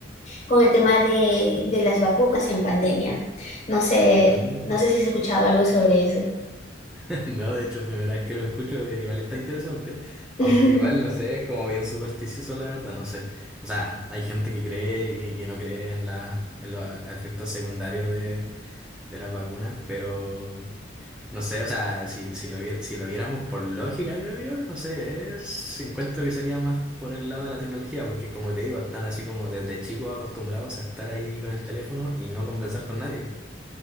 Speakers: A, on the left; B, in the centre.
A: con el tema de, de las vacunas en pandemia. No sé,
B: Mm.
A: no sé si has escuchado algo sobre eso.
B: <laughs> No, de hecho, primera vez que lo escucho, eh, igual está interesante,
A: <laughs>
B: aunque igual no sé, es como bien supersticioso, la verdad, no sé. O sea, hay gente que cree y que no cree en, la, en los efectos secundarios de, de las vacunas, pero no sé, o sea, si, si lo, vier- si lo viéramos por lógica, creo yo, no sé, es- encuentro que sería más por el lado de la tecnología, porque como te digo, están así como desde chicos acostumbrados a estar ahí con el teléfono y no conversar con nadie.